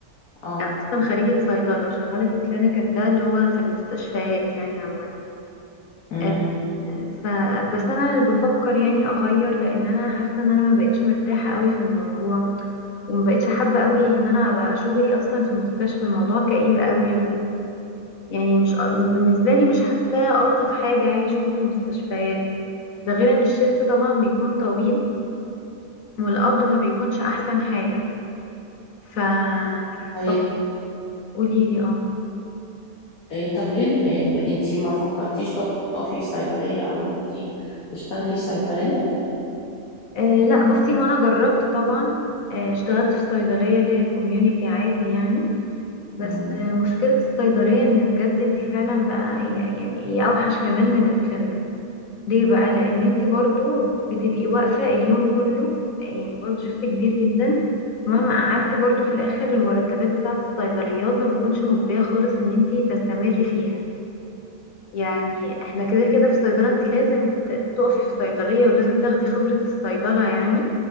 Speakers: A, on the left; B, on the left.
A: اه
B: أنا أصلا خريجة صيدلة وشغالة في الكلينيكال ده اللي هو في المستشفيات يعني عامة
A: امم
B: آه فبس أنا اللي بفكر يعني أغير لأن أنا حاسة إن أنا ما بقتش مرتاحة قوي في الموضوع وما بقتش حابة قوي إن أنا أبقى شغلي أصلا في مستشفى الموضوع كئيب قوي يعني مش بالنسبة لي مش حاساه ألطف حاجة يعني شغل المستشفيات ده غير ان الشفت طبعا بيكون طويل والقبض ما بيكونش احسن حاجة ف <laughs>
A: طيب
B: طب قولي لي اه
A: إيه طب ليه إيه انتي ما فكرتيش تقفي في صيدلية او انتي تشتغلي في صيدلية
B: آه، لا بصي هو انا جربت طبعا آه، اشتغلت في صيدلية اللي هي كوميونيتي عادي يعني بس
A: امم
B: آه، مشكلة الصيدلية ان بجد انت فعلا بقى هي يعني هي اوحش كمان من الكلينيكال ليه بقى لان انت برضو بتبقي واقفه اليوم كله يعني برضو شفت كبير جدا مهما قعدتي برضو في الاخر المرتبات بتاعه الصيدليات ما بتكونش مجديه خالص ان انت تستمري فيها يعني احنا كده كده في صيدله انت لازم ت- تقفي في صيدليه ولازم تاخدي خبره الصيدله يعني